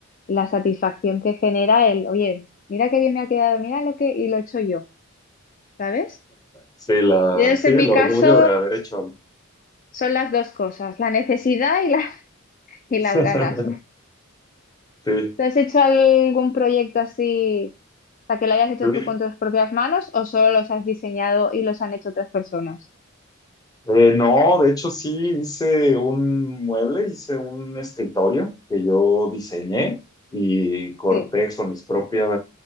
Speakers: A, on the left; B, on the left.
A: la satisfacción que genera el, oye, mira qué bien me ha quedado, mira lo que, y lo he hecho yo, ¿sabes?
B: sí, la,
A: Y es
B: sí,
A: en
B: el
A: mi
B: orgullo
A: caso
B: de haber hecho algo.
A: son las dos cosas, la necesidad y, la, <laughs>
B: <laughs>
A: y las ganas.
B: Sí,
A: ¿Te has hecho algún proyecto así, o sea, que lo hayas hecho
B: sí.
A: tú con tus propias manos o solo los has diseñado y los han hecho otras personas?
B: Eh, no, de hecho sí hice un mueble, hice un escritorio que yo diseñé y corté
A: Sí,
B: con mis propias